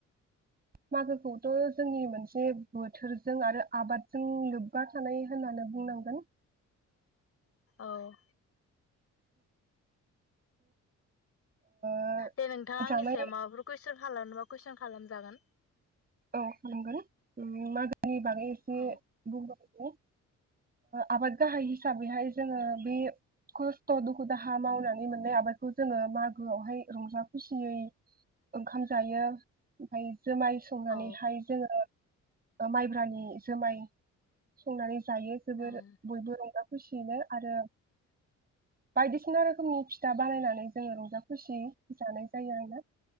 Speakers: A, on the right; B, on the left.
A: मागोखौथ' जोंनि मोनसे बोथोरजों आरो आबादजों लोब्बा थानाय होननानो बुंनांगोन।
B: औ।
A: ओ
B: दे नोंथाङा
A: जानाय
B: आंनि सायाव माबाफोर कुइसन खालामनोबा कुइसन खालामजागोन।
A: औ खालामगोन ओम मागोनि बागै एसे
B: औ
A: बुंबावदोनि। ओ आबाद गाहाय हिसाबैहाय जोङो बे खस्थ' दुखु दाहा मावनानै मोननाय आबादखौ जोङो मागोआवहाय रंजा खुसियै ओंखाम जायो, ओमफ्राय जोमाय संनानैहाय
B: औ
A: जोङो ओ माइब्रानि जोमाय संनानै जायो जोबोर
B: उम
A: बयबो रंजा खुसियैनो आरो बायदिसिना रोखोमनि फिथा बानायनानै जोङो रंजा खुसिय जानाय जायो आरोना।